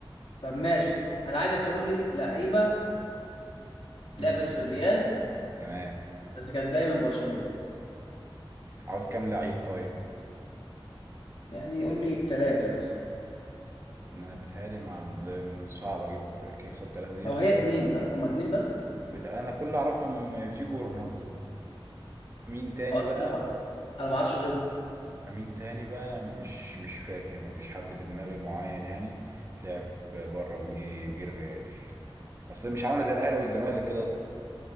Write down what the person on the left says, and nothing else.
طب ماشي انا عايزك تقول لي لعيبه
لعبت في الريال
بس كانت جايه من برشلونه
يعني قول لي ثلاثه مثلا
او
هي اتنين
صح هما اتنين بس
او ثلاثه
بقى انا ما اعرفش غيرهم